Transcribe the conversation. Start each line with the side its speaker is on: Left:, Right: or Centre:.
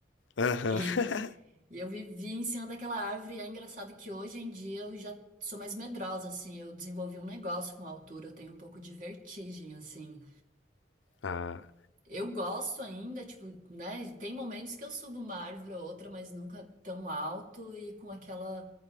Left: Aham.
Right: E,
Left: <laughs>
Right: e eu vivia em cima daquela árvore, e é engraçado que hoje em dia eu já sou mais medrosa, assim, eu desenvolvi um negócio com a altura, eu tenho um pouco de vertigem, assim.
Left: Ah,
Right: Eu gosto ainda, tipo, né? Tem momentos que eu subo uma árvore ou outra, mas nunca tão alto e com aquela